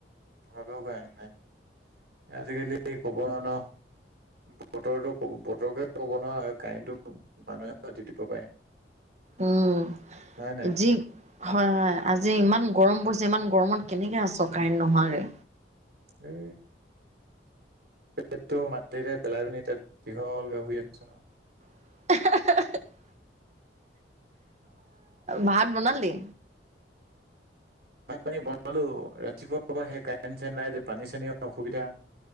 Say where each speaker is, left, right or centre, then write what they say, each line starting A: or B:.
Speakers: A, on the right; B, on the right.
A: ঘৰটো কাৰেণ্ট নাই। এ আজিকালি কব নোৱাৰো ন' বতৰো কব বতৰকে ক'ব নোৱাৰা হয় কাৰেণ্টটো মানুহে কাটি দিব পাৰে।
B: উম,
A: হয় নাই
B: যি হয় -হয় আজি ইমান গৰম পৰিছে ইমান গৰমত কেনেকৈ আছ কাৰেণ্ট নোহোৱাকে?
A: হে পেটটো মাটিতে পেলাই পিনি দীঘলকে শুই আছো।
B: <unintelligible>
A: অহ
B: ভাত বনালি?
A: ভাত পানী বনালো ৰাতিপুৱাৰ পৰা সেই কাৰেণ্ট- চাৰেণ্ট নাই যে পানী চানীও অসুবিধা